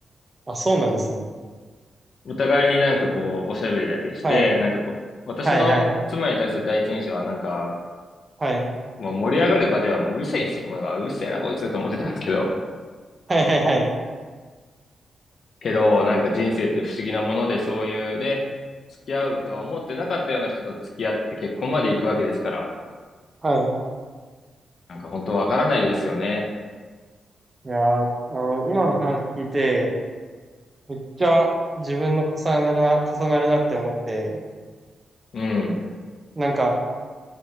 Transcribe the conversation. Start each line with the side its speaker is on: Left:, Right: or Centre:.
Right: あ、そうなんですね。
Left: <laughs> お互いになんかこう、おしゃべりだけして、
Right: はい。
Left: なんかこう、私の妻に対する第一印象はなんか、
Right: はいはい。はい。
Left: もう盛り上がる場ではもううるせえんですよ。お前がうるせえなこいつと思ってたんですけど。
Right: はいはいはい。
Left: けど、なんか人生って不思議なもので、そういうね、付き合うとは思ってなかったような人と付き合って結婚まで行くわけですから、
Right: はい。
Left: なんか本当わからないですよね。
Right: いやー、あの、今の話聞いて、めっちゃ自分の重なるな、重なるなって思って、
Left: うん、
Right: なんか、